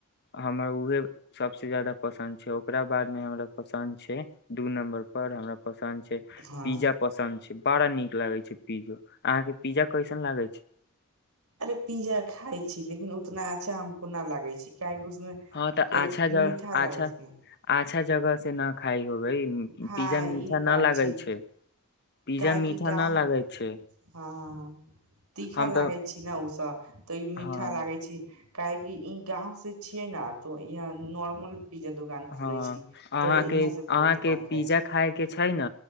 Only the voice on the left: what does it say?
हमर उहे सबस जादा पसन्द छै ओकरा बाद मे हमरा पसन्द छै दू नम्बर पर हमरा पसन्द छै
पिज्जा पसन्द छै बड़ा नीक लागे छै पिज्जो अहा के पिज्जा कैसन लागे छै
हँ तऽ
अच्छा जगह
अच्छा
अच्छा जगह से न खाइ होबै
पिज्जा मीठा
न
लागै
छै पिज्जा
मीठा
न लागै छै
हम
तऽ
हँ
हँ
अहाँके
अहाँके
पिज्जा
खाय के छै ने